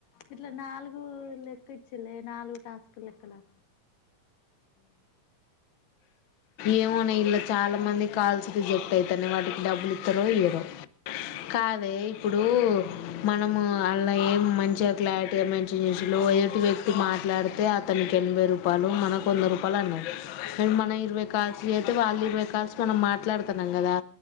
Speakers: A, on the left (about 85°); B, on the left (about 60°).
A: ఇట్లా నాలుగు లెక్క ఇచ్చిలే నాలుగు టాస్క్ లెక్కలు
B: ఏమోన్నా ఇల్లా చాలా మంది కాల్స్ రిజెక్ట్ అయితన్న వాటికి డబ్బులు ఇస్తరో ఇయరో కాదు అదే ఇప్పుడు మనము మళ్ళ ఎం మంచి గా క్లారిటీ గా మెన్షన్ చేసిండు ఎక్కువ ఎక్కువ మాట్లాడితే అతనికి ఎనభై రూపాయలు మనకి వుంది రూపాయలు అన్నట్టు మనం ఇరవై కాల్స్ చేస్తే వాళ్ళు ఇరవై కాల్స్ మనం మాట్లాడతాం న్నాం కదా